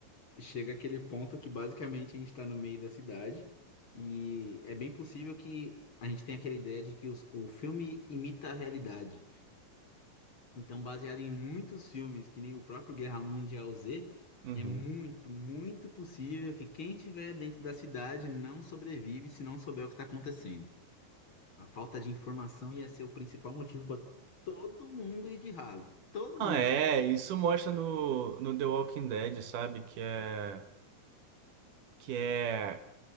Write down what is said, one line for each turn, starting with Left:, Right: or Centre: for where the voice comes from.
Left: chega aquele ponto que basicamente a gente está no meio da cidade e é bem possível que a gente tenha aquela ideia de que os- o filme imita a realidade. Então, baseado em muitos filmes, que nem o próprio Guerra Mundial Z,
Right: Uhum.
Left: é muito, muito possível que quem estiver dentro da cidade não sobrevive se não souber o que está acontecendo. A falta de informação ia ser o principal motivo para todo mundo ir de ralo. Todo
Right: Ah,
Left: mundo.
Right: é, isso mostra no, no The Walking Dead, sabe? Que é, que é